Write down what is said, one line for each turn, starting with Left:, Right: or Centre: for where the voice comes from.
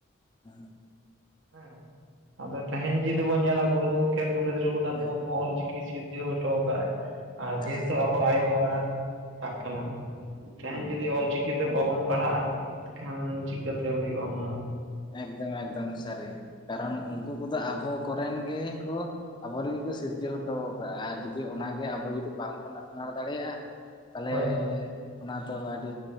Left: ᱦᱮᱸ
Right: ᱦᱮᱸ ᱟᱫᱚ ᱛᱮᱦᱮᱧ ᱡᱩᱫᱤ ᱵᱚᱱ ᱧᱮᱞᱟ ᱜᱩᱨᱩ ᱜᱚᱝᱠᱮ ᱯᱚᱱᱰᱤᱛ ᱨᱚᱜᱷᱩᱱᱟᱛᱷ
Left: ᱦᱮᱸ
Right: ᱢᱩᱨᱢᱩ ᱣᱟᱜ ᱚᱞ ᱪᱤᱠᱤ ᱪᱤᱠᱤ ᱥᱤᱨᱡᱟᱹᱣ ᱦᱚᱴᱚ ᱠᱟᱜ-ᱟᱭ ᱟᱨ
Left: ᱦᱮᱸ
Right: ᱡᱮᱦᱮᱛᱩ ᱟᱵᱚ ᱟᱭᱳ ᱟᱲᱟᱝ ᱟᱜ ᱠᱟᱱᱟ ᱛᱮᱦᱤᱧ ᱡᱩᱫᱤ ᱚᱞ ᱪᱤᱠᱤ ᱛᱮ ᱵᱟᱵᱚᱱ ᱯᱟᱲᱦᱟᱜᱼᱟ ᱮᱱ ᱠᱷᱟᱱ ᱪᱤᱠᱟᱹ ᱛᱮ ᱦᱩᱭᱩᱜᱼᱟ ᱚᱱᱟ
Left: ᱮᱠᱫᱚᱢ ᱮᱠᱫᱚᱢ ᱥᱟᱹᱨᱤ ᱠᱟᱨᱚᱱ ᱩᱱᱠᱩ ᱠᱚᱫᱚ ᱟᱵᱚ ᱠᱚᱨᱮᱱ ᱜᱮ ᱠᱚ ᱟᱵᱚ ᱨᱮᱱ ᱜᱮ ᱠᱚ ᱥᱤᱨᱡᱟᱹᱣ ᱦᱚᱴᱚ ᱠᱟᱜᱼᱟ ᱟᱨ ᱡᱩᱫᱤ ᱚᱱᱟ ᱜᱮ ᱟᱵᱚ ᱡᱩᱫᱤ ᱵᱟᱝ ᱵᱚᱱ ᱟᱯᱱᱟᱨ ᱫᱟᱲᱮᱭᱟᱜᱼᱟ ᱛᱟᱦᱚᱞᱮ
Right: ᱦᱳᱭ ᱦᱳᱭ
Left: ᱚᱱᱟ ᱫᱚ ᱟᱹᱰᱤ